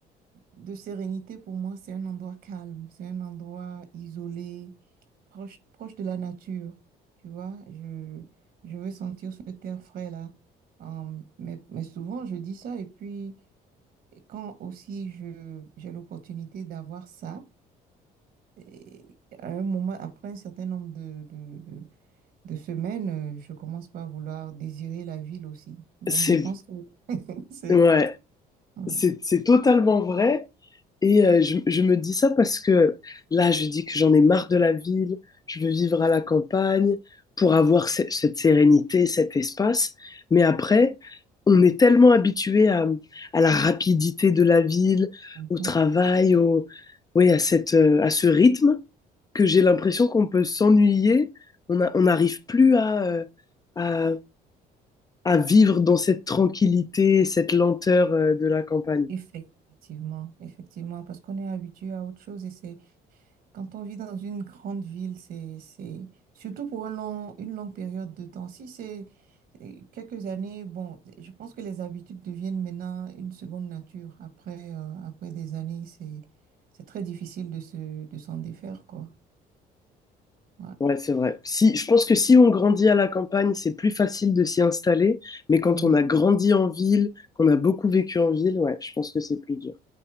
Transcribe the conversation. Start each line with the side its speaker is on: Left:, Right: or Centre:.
Right: de sérénité, pour moi, c'est un endroit calme, c'est un endroit isolé, proche, proche de la nature. Tu vois, je, je veux sentir ce terre frais là. Hum, mais, mais souvent, je dis ça. Et puis, quand aussi je, j'ai l'opportunité d'avoir ça, et à un moment, après un certain nombre de, de, de, de semaines, euh, je commence par vouloir désirer la ville aussi. Donc,
Left: C'est
Right: je pense que <laughs> c'est...
Left: ouais,
Right: ouais.
Left: c'est c'est totalement vrai. Et euh, je, je me dis ça parce que là, je dis que j'en ai marre de la ville, je veux vivre à la campagne pour avoir ce- cette sérénité, cet espace. Mais après, on est tellement habitué à, à la rapidité de la ville,
Right: Mhm.
Left: au travail, au, oui, à cette, euh, à ce rythme, que j'ai l'impression qu'on peut s'ennuyer. On a- on n'arrive plus à, euh, à, à vivre dans cette tranquillité, cette lenteur, euh, de la campagne.
Right: Effectivement, effectivement, parce qu'on est habitué à autre chose et c'est quand on vit dans une grande ville, c'est c'est surtout pour un long- une longue période de temps. Si c'est euh, quelques années, bon, je pense que les habitudes deviennent maintenant une seconde nature. Après, euh, après des années, c'est c'est très difficile de se de s'en défaire, quoi. Ouais.
Left: Ouais, c'est vrai. Si, je pense que si on grandit à la campagne, c'est plus facile de s'y installer, mais quand
Right: Mhm,
Left: on a grandi en ville, qu'on a beaucoup vécu en ville, ouais, je pense que c'est plus dur.